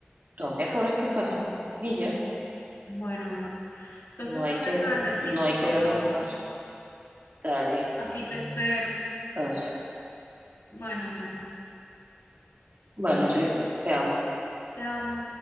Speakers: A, on the right; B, on the left.
A: Son errores que pasan y ya.
B: Bueno, amor, entonces
A: No hay
B: no
A: que
B: te
A: verlo,
B: tardes, ¿sí?
A: no hay que
B: Por
A: verlo
B: favor,
A: como es. Dale.
B: aquí te espero.
A: Entonces,
B: Bueno, mi amor,
A: bueno, cielo, te amo.
B: te amo.